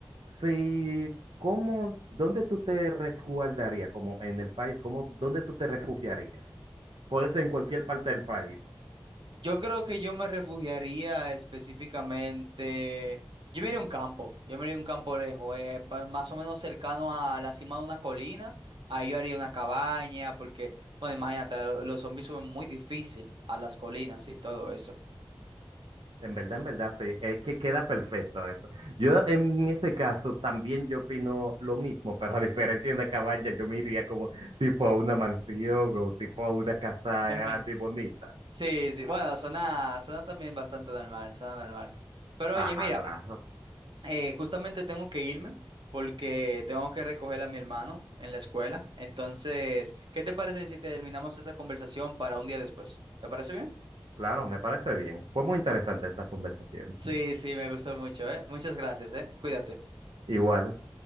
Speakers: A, on the right; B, on the right.
A: Sí, ¿cómo, dónde tú te resguardarías? Como en el país, ¿cómo, dónde tú te refugiarías? Puede ser en cualquier parte del país.
B: Yo creo que yo me refugiaría específicamente. Yo me iría a un campo, yo me iría a un campo lejos, eh, pa- más o menos cercano a la cima de una colina. Ahí yo haría una cabaña, porque, bueno, imagínate, lo- los zombies suben muy difícil a las colinas y todo eso.
A: En verdad, en verdad, sí. Es que queda perfecto eso. Yo en ese caso también yo opino lo mismo, pero a diferencia de una cabaña, yo me iría como tipo a una mansión o tipo a una casa
B: <laughs>
A: grande y bonita.
B: Sí, sí, bueno, suena, suena también bastante normal, suena normal. Pero
A: Ajá,
B: oye, mira.
A: claro.
B: Eh, justamente tengo que irme porque tengo que recoger a mi hermano en la escuela. Entonces, ¿qué te parece si terminamos esta conversación para un día después? ¿Te parece bien?
A: Claro, me parece bien. Fue muy interesante esta conversación.
B: Sí, sí, me gustó mucho, ¿eh? Muchas gracias, ¿eh? Cuídate.
A: Igual.